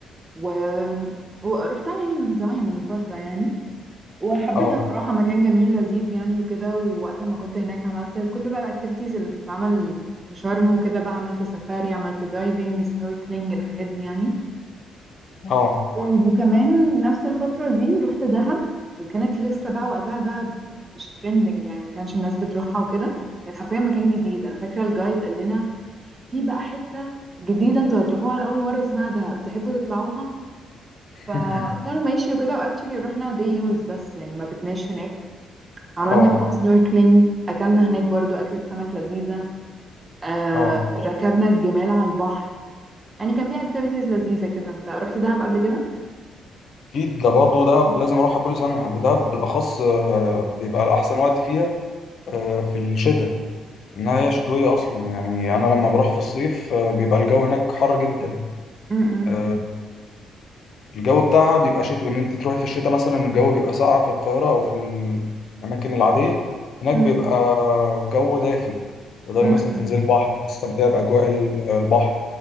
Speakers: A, on the right; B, on the left.
A: و... ورحتها يعني من زمان من فتره يعني وحبيتها
B: اه
A: صراحه مكان جميل لذيذ يعني وكده ووقت ما كنت هناك عملت كل بقى الاكتيفيتيز اللي بتتعمل في شرم وكده بقى عملت سفاري عملت دايفنج سنوركلينج الحاجات دي يعني
B: اه
A: وكمان نفس الفترة دي رحت دهب وكانت لسه بقى وقتها دهب مش ترندنج يعني ما كانش الناس بتروحها وكده كانت حرفيا مكان جديد انا فاكرة الجايد قال لنا في بقى حتة جديدة انتوا هتروحوها لأول مرة اسمها دهب تحبوا تطلعوها
B: <laughs>
A: فقلنا له ماشي وكده واكشلي رحنا دي يوز بس يعني ما بتناش هناك عملنا
B: اه
A: فيها سنوركلينج اكلنا هناك برضو أكلة سمك لذيذة آه
B: اه
A: ركبنا الجمال على البحر يعني كان في اكتيفيتيز لذيذة كده انت رحت دهب قبل كده؟
B: اكيد ده برضه دهب لازم اروحها كل سنه ودهب بالاخص آه، بيبقى الاحسن وقت فيها آه، في الشتاء انها هي شتويه اصلا يعني انا لما بروح في الصيف آه، بيبقى الجو هناك حر جدا
A: م- م-
B: آه، الجو بتاعها بيبقى شتوي ان انت تروحي في الشتاء مثلا الجو بيبقى ساقع في القاهره او في الاماكن العاديه هناك
A: م-
B: بيبقى جو دافي تقدري
A: م-
B: مثلا تنزلي بحر تستمتعي باجواء البحر